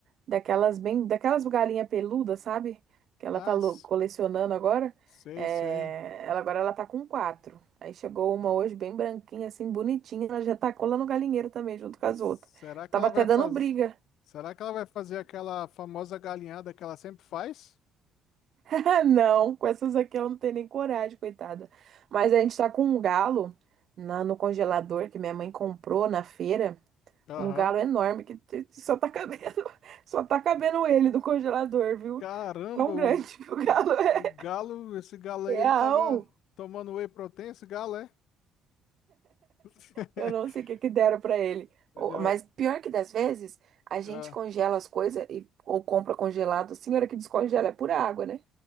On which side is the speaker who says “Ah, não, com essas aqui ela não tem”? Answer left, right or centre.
Right